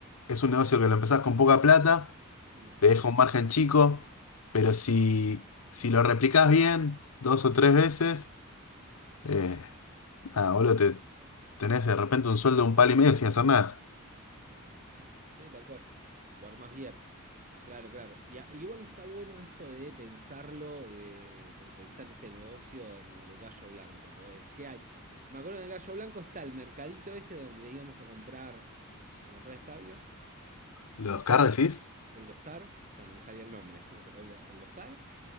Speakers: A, on the left; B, on the right.
A: es un negocio que lo empezás con poca plata,
B: Mm.
A: te deja un margen chico, pero si, si lo replicás bien dos o tres veces, eh, nada, boludo, te tenés de repente un sueldo de un palo y medio sin hacer nada.
B: ok. Sí, tal cual. Lo armás bien. Claro, claro. Y a- igual está bueno esto de pensarlo, de de pensar este negocio en el gallo blanco. Porque, ¿qué hay? Me acuerdo en el gallo blanco está el mercadito ese donde íbamos a comprar, a comprar escabio
A: ¿Los
B: y
A: car
B: y
A: decís?
B: el de Oscar, está, no me salía el nombre, <laughs> el, el de Oscar